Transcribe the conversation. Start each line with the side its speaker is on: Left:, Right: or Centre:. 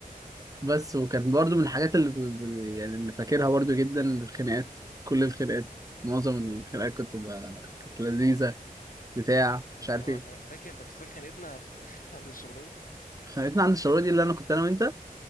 Right: بس وكان برضو من الحاجات اللي ب- ب- يعني اللي فاكرها برضو جدا الخناقات كل الخناقات معظم الخناقات كنت ب... كانت لذيذة بتاع مش
Left: اه
Right: عارف ايه
Left: خن- فاكر طب بس فاكر خانقتنا في <laughs> عند الشبراوي
Right: خانقتنا عند الشعور دي اللي انا كنت انا وانت